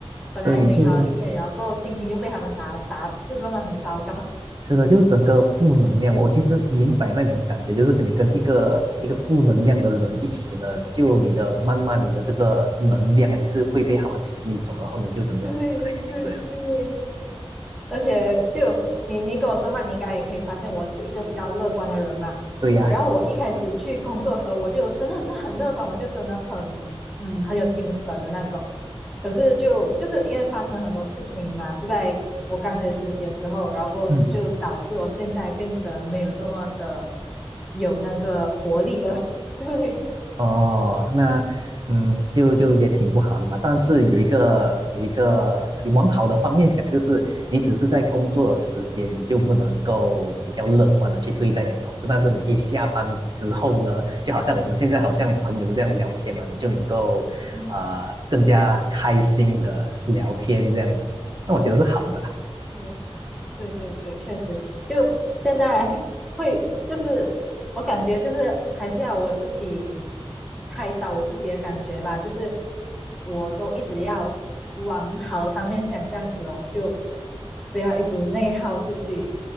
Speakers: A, in the centre; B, on the right.
A: 本来美好的一天，
B: 对，就
A: 然后够心情又被他们打打，就弄得很糟糕。
B: 是的，就整个负能量。我其实明白那种感觉，就是跟你跟一个一个负能量的人一起呢，就你的慢慢你的这个能量啊也是会被他们吸走，然后你就整个很不开心这样。
A: <laughs> 对对对，而且就你你跟我说话，你应该也可以发现我是一个比较乐观的人嘛。
B: 对呀。
A: 然后我一开始去工作的时候，我就真的是很乐观，我就真的很嗯很有精神的那种。可是就就是因为发生了很多事情嘛，就在我刚开始实习的时候，然后过后就导致我现在变得没有这么的
B: 嗯。
A: 有那个活力了。<laughs> 对，
B: 哦，那嗯，就就也挺不好的嘛。但是有一个有一个往好的方面想，就是你只是在工作的时间，你就不能够比较乐观的去对待你的同事。但是你一下班之后呢，就好像我们现在好像朋友这样聊天嘛，你就能够啊、
A: 嗯，
B: 呃更加开心的聊天这样子。那我觉得是好的啊
A: 对，对对对，确实，就现在 <laughs> 会就是我感觉就是还是要我自己开导我自己的感觉吧，就是我都一直要往好的方面想，这样子哦，就不要一直内耗自己，